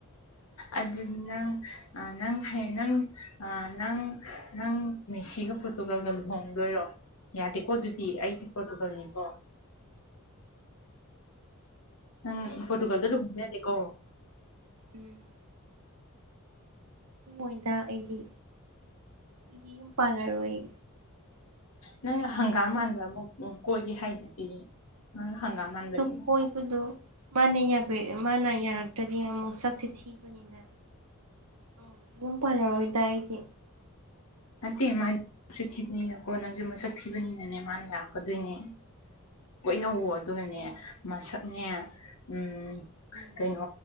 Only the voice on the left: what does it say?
ꯑꯗꯨ ꯅꯪ ꯑ ꯅꯪ ꯐꯦꯟ ꯅꯪ ꯅꯪ ꯅꯪ ꯃꯦꯁꯤꯒ ꯄꯣꯔꯇꯨꯒꯜꯒ ꯂꯨꯍꯣꯡꯗꯣꯏꯔꯣ ꯌꯥꯗꯦꯀꯣ ꯑꯗꯨꯗꯤ ꯑꯩꯗꯤ ꯄꯣꯔꯇꯨꯒꯜꯅꯤꯀꯣ ꯅꯪ ꯄꯣꯔꯇꯨꯒꯜꯗ ꯂꯨꯍꯣꯡꯕ ꯌꯥꯗꯦꯀꯣ
ꯅꯪ ꯍꯪꯒꯥꯝ ꯃꯥꯟꯕ ꯑꯃꯨꯛ ꯀꯣꯏꯒꯦ ꯍꯥꯏꯗꯨꯗꯤ ꯑ ꯍꯪꯒꯥꯝ ꯃꯥꯟꯕꯅꯤ
ꯅꯠꯇꯦ ꯃꯥꯗꯤ ꯁꯛ ꯊꯤꯕꯅꯤꯅꯀꯣ ꯅꯪꯁꯨ ꯃꯁꯛ ꯊꯤꯕꯅꯤꯅꯅꯦ ꯃꯥꯅ ꯌꯔꯛꯀꯗꯣꯏꯅꯦ ꯀꯣꯏꯅꯧꯑꯣ ꯑꯗꯨꯒꯅꯦ
ꯃꯁꯛꯅꯦ ꯎꯝ
ꯀꯩꯅꯣ